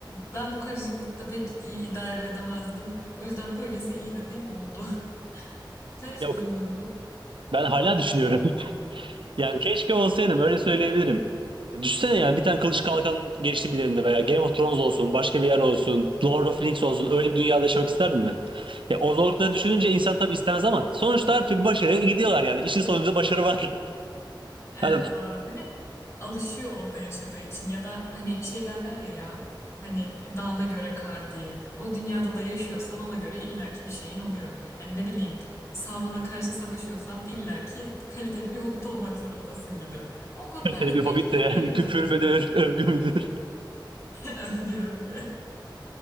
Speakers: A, on the left (about 35°); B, on the right (about 80°).
A: Ben bu karışıklıkta pek iyi idare edemezdim. O yüzden böylesi iyi dediğim oldu. <laughs> Sen hiç
B: Yok
A: düşündün mü?
B: ben hala düşünüyorum. <laughs> Yani keşke olsaydım öyle söyleyebilirim. Düşünsene yani bir tane kılıç kalkan geçti bir elinde veya Game of Thrones olsun, başka bir yer olsun, Lord of the Rings olsun öyle bir dünyada yaşamak isterdim ben. Ya o zorlukları düşününce insan tabii istemez ama sonuçta her türlü başarıya gidiyorlar yani. İşin sonunda başarı var.
A: Evet
B: <laughs>
A: doğru. alışıyor orada yaşadığı için ya da hani şey derler ya ya hani dağına göre kar diye. O dünyada da yaşıyorsan ona göre illaki bir şeyin oluyor. Hani ne bileyim Sauron'a karşı savaşıyorsan illaki kaliteli bir hobbit olmak zorundasın gibi. O konuda
B: Yani
A: evet
B: bir hobbit
A: belki
B: de
A: deneyebilirdim.
B: yani küfür müdür, övgü müdür?
A: <laughs> Övgü övgü.